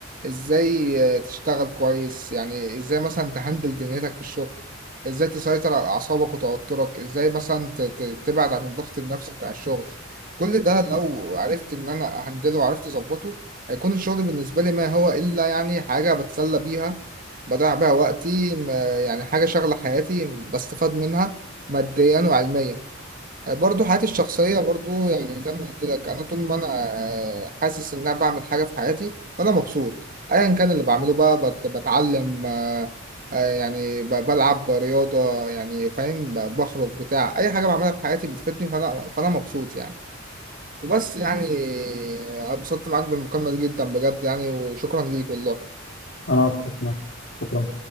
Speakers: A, on the right; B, on the left.
A: ازاي آه، تشتغل كويس يعني ازاي مثلا تهندل دنيتك في الشغل ازاي تسيطر على اعصابك وتوترك ازاي مثلا ت- ت- تبعد عن الضغط النفسي بتاع الشغل كل ده لو عرفت ان انا اهندله وعرفت اظبطه هيكون الشغل بالنسبه لي ما هو الا يعني حاجه بتسلى بيها بضيع بيها وقتي ما- يعني حاجه شغله حياتي بستفاد منها ماديا وعلميا آه، برضو حياتي الشخصية برضو يعني زي ما قلت لك أنا طول ما أنا آه، حاسس إن أنا بعمل حاجة في حياتي وأنا مبسوط أيا كان اللي بعمله بقى بت- بتعلم آه، آه، يعني ب- بلعب رياضة يعني فاهم ب- بخرج بتاع أي حاجة بعملها في حياتي بتفيدني فأنا فأنا مبسوط يعني وبس يعني آه، اتبسطت معاك بالمكالمة دي جدا بجد يعني وشكرا ليك والله
B: انا اتفق معاك شكرا